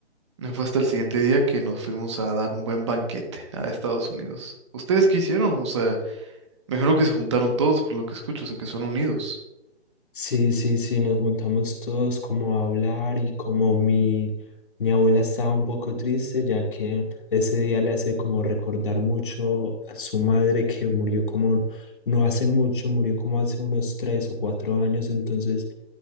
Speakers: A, on the right (about 25°); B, on the left (about 50°).
A: No Fue hasta el siguiente día que nos fuimos a dar un buen banquete a Estados Unidos. ¿Ustedes qué hicieron? O sea, me imagino que se juntaron todos por lo que escucho, o sea, que son unidos.
B: Sí, sí, sí, nos juntamos todos como a hablar y como mi, mi abuela estaba un poco triste, ya que ese día le hace como recordar mucho a su madre que murió como no hace mucho, murió como hace unos tres o cuatro años, entonces